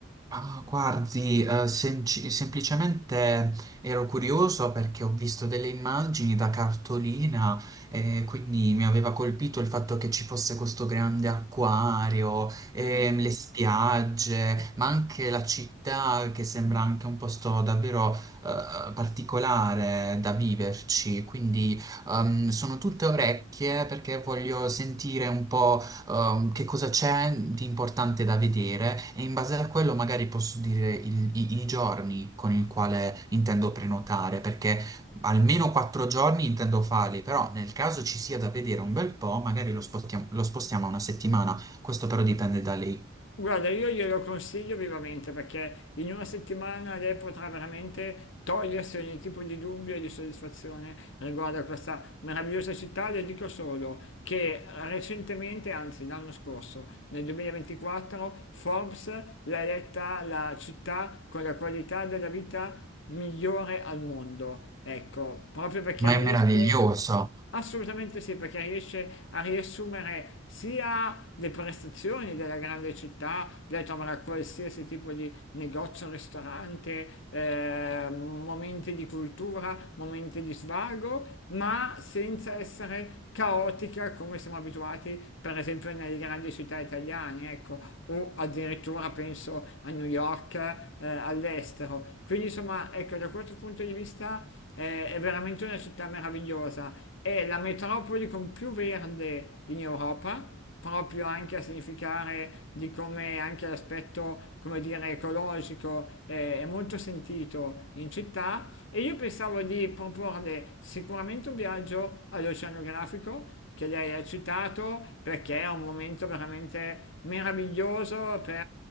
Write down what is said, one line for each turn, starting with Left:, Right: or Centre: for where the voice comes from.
Right: Ah, guardi, eh, semplici- semplicemente ero curioso perché ho visto delle immagini da cartolina e quindi mi aveva colpito il fatto che ci fosse questo grande acquario, e
Left: Eh,
Right: le
Left: sì.
Right: spiagge, ma anche la città che sembra anche un posto davvero eh, particolare da viverci. Quindi ehm, sono tutte orecchie perché voglio sentire un po' ehm, che cosa c'è di importante da vedere e in base a quello magari posso dire il- i, i giorni con il quale intendo prenotare, perché almeno quattro giorni intendo farli, però nel caso ci sia da vedere un bel po', magari lo spostiamo, lo spostiamo a una settimana, questo però dipende da lei.
Left: Guarda, io glielo consiglio vivamente perché in una settimana lei potrà veramente togliersi ogni tipo di dubbio e di soddisfazione riguardo a questa meravigliosa città. Le dico solo che recentemente, anzi l'anno scorso, nel 2024, Forbes l'ha eletta la città con la qualità della vita migliore al mondo. Ecco, proprio perché
Right: Ma
Left: riesce
Right: è meraviglioso.
Left: Assolutamente sì, perché riesce a riassumere sia le prestazioni della grande città, dai trovare a qualsiasi tipo di negozio, ristorante, eh, momenti di cultura, momenti di svago, ma senza essere caotica come siamo abituati, per esempio, nelle grandi città italiane, ecco, o addirittura penso a New York, eh, all'estero. Quindi, insomma, ecco, da questo punto di vista eh, è veramente una città meravigliosa, è la metropoli con più verde in Europa, proprio anche a significare di come anche l'aspetto, come dire, ecologico eh, è molto sentito in città e io pensavo di proporle sicuramente un viaggio all'oceanografico che lei ha citato perché è un momento veramente meraviglioso per